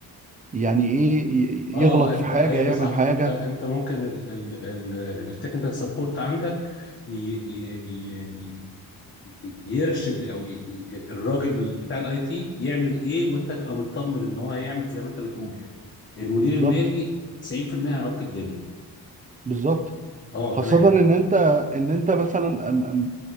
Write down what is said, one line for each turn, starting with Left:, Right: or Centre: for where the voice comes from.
Right: يعني ايه ي-
Left: اه
Right: يغلط
Left: انت
Right: في حاجه
Left: ايوه
Right: يعمل
Left: صح
Right: حاجه
Left: انت انت ممكن التكنيكال سبورت عندك ي- ي- ي- يرشد او ي... ي- الراجل بتاع الاي تي يعمل ايه وانت تبقى مطمن ان هو هيعمل زي ما انت بتقول المدير
Right: بالظبط
Left: المالي 90% هيعك الدنيا
Right: بالظبط
Left: اه
Right: خاصه
Left: تمام
Right: ان انت ان انت مثلا أم- أم